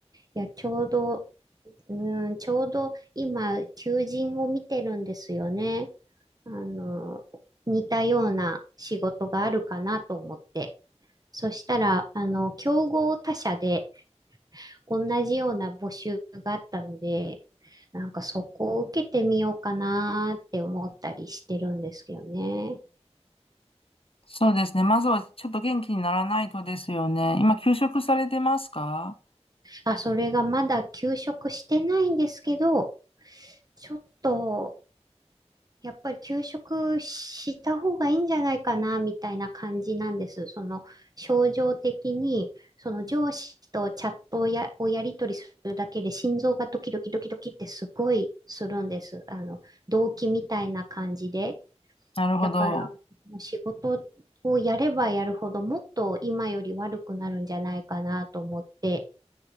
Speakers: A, on the right; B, on the left.
A: いや、ちょうど、うん、ちょうど今、求人を見てるんですよね。あの、似たような仕事があるかなと思って。そしたら、あの、競合他社で同じような募集があったので、なんかそこを受けてみようかなって思ったりしてるんですよね。
B: そうですね。まずはちょっと元気にならないとですよね。今、休職されてますか
A: あ、それがまだ休職してないんですけど、ちょっとやっぱり休職した方がいいんじゃないかな、みたいな感じなんです。その、症状的に、その上司とチャットをや、をやり取りするだけで心臓がドキドキドキドキってすごいするんです。あの、動悸みたいな感じで。
B: なるほど。
A: だから、もう仕事をやればやるほど、もっと今より悪くなるんじゃないかなと思って、